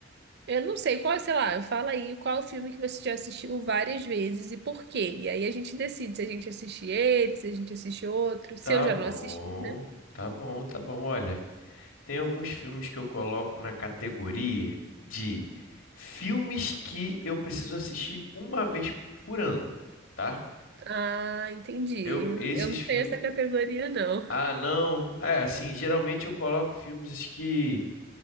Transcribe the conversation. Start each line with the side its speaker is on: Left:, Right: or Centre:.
Right: Eu não sei qual, sei lá, eu fala aí qual filme que você já assistiu várias vezes e por quê. E aí a gente decide se a gente assiste ele, se a gente assiste outro, se
Left: Tá
Right: eu já
Left: bom.
Right: não assisti, né?
Left: Tá bom, tá bom. Olha, tem alguns filmes que eu coloco na categoria de filmes que eu preciso assistir uma vez por ano, tá?
Right: Ah, entendi.
Left: Eu, esses
Right: Eu não tenho
Left: filmes
Right: essa categoria, não.
Left: Ah, não. É, assim, geralmente eu coloco filmes que